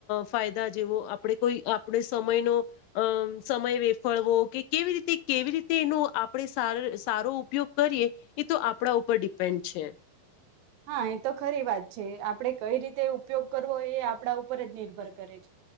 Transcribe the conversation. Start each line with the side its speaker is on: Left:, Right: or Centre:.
Left: ફાયદા જેવો આપણે કોઈ આપણે સમયનો અમ સમય વેફળવો કે કેવી રીતે કેવી રીતે એનો આપણે સ સારો ઉપયોગ કરીએ એ તો આપણા ઉપર ડિપેન્ડ છે
Right: હા એ તો ખરી વાત છે આપડે કઈ રીતે ઉપયોગ કરવો એ આપણા ઉપર જ નિર્ભર કરે છે